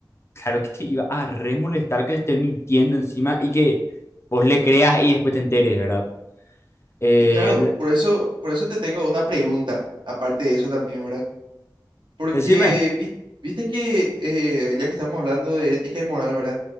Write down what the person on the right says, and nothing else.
Y claro, por eso, por eso te tengo una pregunta, aparte de eso también, ¿verdad? Porque
vi- viste que, eh, ya que estamos hablando de ética y moral, ¿verdad?